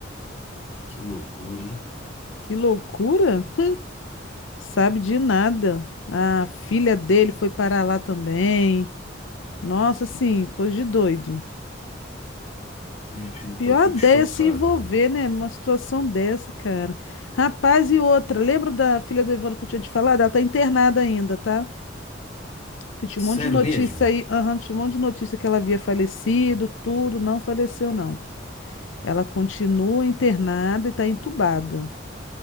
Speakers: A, on the left; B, on the left.
A: que loucura, hein?
B: Que loucura! Sabe de nada. A filha dele foi parar lá também. Nossa, assim, coisa de doido.
A: Minha filha, eu
B: Pior
A: tô aqui
B: ideia
A: chocado.
B: é se envolver, né, numa situação dessa, cara. Rapaz, e outra, lembra da filha do Ivano que eu tinha te falado? Ela tá internada ainda, tá? Que tinha
A: Sério
B: um monte de notícia
A: mesmo?
B: aí, aham, tinha um monte de notícia que ela havia falecido, tudo, não faleceu, não. Ela continua internada e tá entubada.